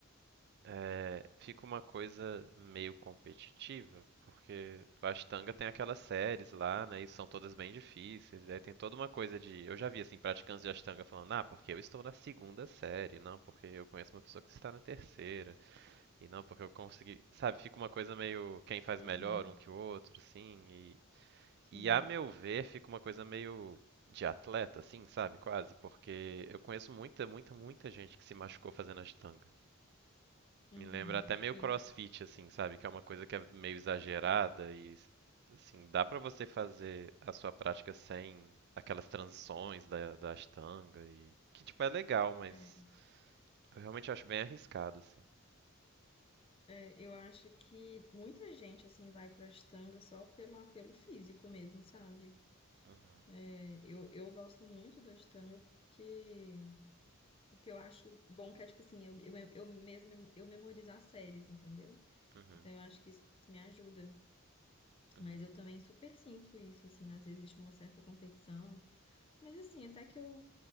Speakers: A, on the right; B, on the left.
A: é, fica uma coisa meio competitiva, porque o ashtanga tem aquelas séries lá, né, e são todas bem difíceis, e aí tem toda uma coisa de... Eu já vi, assim, praticantes de ashtanga falando, ah, porque eu estou na segunda série, não, porque eu conheço uma pessoa que está na terceira. E não, porque eu consegui. Sabe, fica uma coisa meio quem faz
B: Uhum,
A: melhor um que o outro, assim. E,
B: sim.
A: e a meu ver, fica uma coisa meio de atleta, assim, sabe? Quase. Porque eu conheço muita, muita, muita gente que se machucou fazendo ashtanga.
B: Uhum,
A: Me lembra até meio
B: sim.
A: crossfit, assim, sabe? Que é uma coisa que é meio exagerada e, assim, dá pra você fazer a sua prática sem aquelas transições da, da ashtanga e. Que, tipo, é legal, mas
B: É.
A: eu realmente acho bem arriscado, assim.
B: É, eu acho que muita gente, assim, vai pra Ashtanga só pelo apelo físico mesmo, sabe?
A: Uhum,
B: É, eu, eu gosto muito da Astanga porque, porque eu acho bom que é tipo assim, eu, eu, eu mesmo eu memorizo as séries, entendeu?
A: uhum,
B: Então eu acho que isso me ajuda.
A: uhum,
B: Mas eu também super sinto isso, assim, às vezes existe uma certa competição. Mas assim, até que eu,